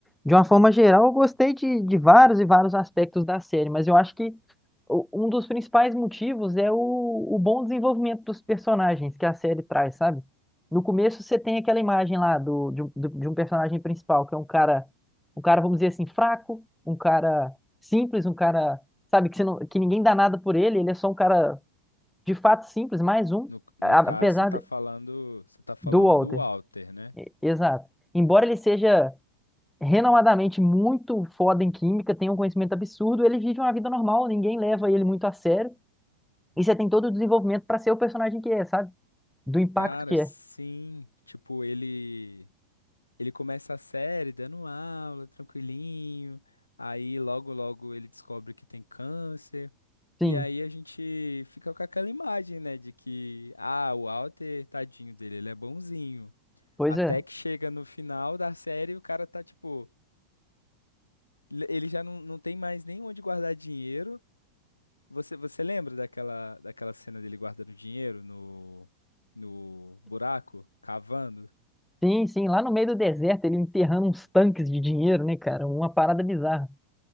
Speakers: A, in the centre; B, on the left.
A: de uma forma geral, eu gostei de, de vários e vários aspectos da série, mas eu acho que o- um dos principais motivos é o, o bom desenvolvimento dos personagens que a série traz, sabe? No começo você tem aquela imagem lá do, de, um do- de um personagem principal, que é um cara, um cara, vamos dizer assim, fraco, um cara simples, um cara, sabe, que, você não, que ninguém dá nada por ele, ele é só um cara de fato simples, mais um,
B: No, no
A: a-
B: caso,
A: apesar
B: você tá
A: de-
B: falando, você tá falando
A: do Walter.
B: do Walter, né?
A: E- Exato. Embora ele seja renomadamente muito foda em química, tenha um conhecimento absurdo, ele vive uma vida normal, ninguém leva ele muito a sério. E você tem todo o desenvolvimento para ser o personagem que é, sabe? Do impacto
B: Cara,
A: que
B: sim.
A: é.
B: Tipo, ele ele começa a série dando aula, tranquilinho. Aí logo logo ele descobre que tem câncer.
A: Sim,
B: E aí a gente fica com aquela imagem, né, de que ah, o Walter, tadinho dele, ele é bonzinho.
A: pois
B: Até
A: é.
B: que chega no final da série, o cara tá tipo, ele ele já não, não tem mais nem onde guardar dinheiro. Você você lembra daquela daquela cena dele guardando dinheiro no no buraco, cavando?
A: Sim, sim, lá no meio do deserto, ele enterrando uns tanques de dinheiro, né, cara? Uma parada bizarra.